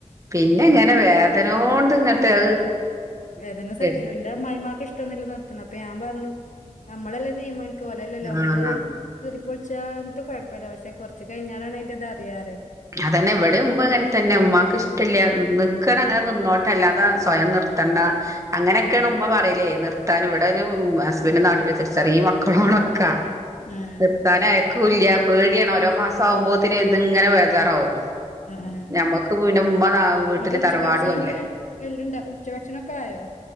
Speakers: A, on the right; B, on the left.
A: പിന്നെങ്ങനെ വേദനോണ്ട് ഇങ്ങട്ട്
B: ആഹ്
A: അഹ്
B: വേദന സഹിച്ചിട്ട്
A: കെട്
B: പിന്നെ ഇന്റെമ്മായിമാക്ക് ഇഷ്ടൊന്നു ല്ല നിർത്തണത് അപ്പ ഞാപർഞ്ഞു നമ്മളല്ല തീര്മാൻക്കോലല്ലോ
A: ആഹ്
B: മ്മള് കീറിപൊൾച്ച ങ്ങൻത്ത് കുഴപ്പല്ല പക്ഷെ കൊർച്ച് കഴിഞ്ഞാലാണ് അയ്ന്റെതറിയാറെ
A: അതന്നെ ഇവിടെമ്മങ്ങൻതന്നെ ഇമ്മാക്ക് ഇഷ്ടല്ല്യ നിക്കണങ്ങനെ
B: ആഹ്
A: നിന്നോട്ടല്ലാതെ സ്വയം നിർ ത്തണ്ട അങ്ങനൊക്കെണ്
B: ആഹ്
A: ഉമ്മ പറയലേ നിർ ത്താൻ ഇവിടന് ഹസ്ബൻഡ് നാട്ടില് ചെർ ചെറിയ മക്കളോണൊക്കാ
B: ആഹ്
A: നിർത്താനയക്കൂല്ല്യ പേടിയാണ് ഓരോ
B: ആഹ്
A: മാസാകുമ്പോത്തിത്ങ്ങനെ ബേജാറകും
B: ആഹ്
A: ഞമ്മക്ക് പിന്നെ ഉമ്മ വീട്ടില്
B: ഇന്നട്ട് ഉച്ചഭക്ഷണൊക്കെ
A: തറവാടു വല്ല
B: എല്ലുണ്ട ഉച്ചഭക്ഷണൊക്കെ ആയോ?